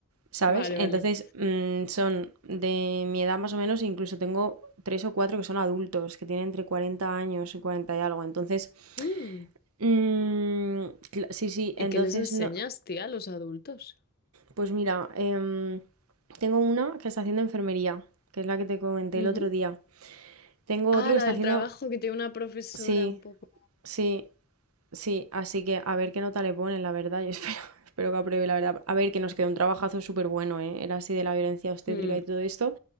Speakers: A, on the right; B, on the left.
A: ¿sabes?
B: Vale,
A: Entonces
B: vale.
A: mm, son de mi edad más o menos, incluso tengo tres o cuatro que son adultos, que tienen entre 40 años y 40 y algo. Entonces,
B: Mm.
A: mm, sí, sí, entonces
B: ¿Y qué les enseñas,
A: no,
B: tía, a los adultos?
A: pues mira, em, tengo una que está haciendo enfermería, que es la que te comenté
B: Ujú.
A: el otro día. Tengo
B: Ah,
A: otro que
B: la
A: está
B: del
A: haciendo,
B: trabajo, que tiene una profesora
A: sí,
B: un poco...
A: sí, Sí, así que a ver qué nota le ponen, la verdad. Yo espero, <laughs> espero que apruebe, la verdad. A ver, que nos quedó un trabajazo súper bueno, ¿eh? Era así de la violencia obstétrica
B: Mm,
A: y todo esto.